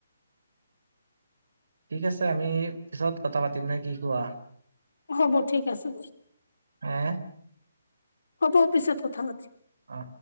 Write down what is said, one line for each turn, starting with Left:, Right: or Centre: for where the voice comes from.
Right: ঠিক আছে, আমি পিছত কথা পাতিম নে কি কোৱা?
Left: হ'ব, ঠিক আছে।
Right: হে
Left: হ'ব, পিছত কথা পাতিম।
Right: অ'।